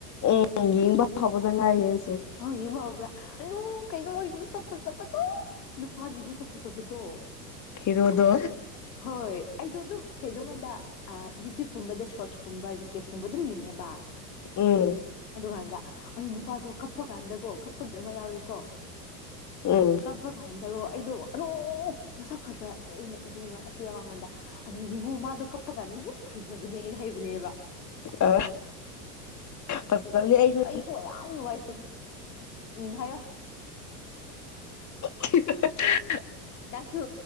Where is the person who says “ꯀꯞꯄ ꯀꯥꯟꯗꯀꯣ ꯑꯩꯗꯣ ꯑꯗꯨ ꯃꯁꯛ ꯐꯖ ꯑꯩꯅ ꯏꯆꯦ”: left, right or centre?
Left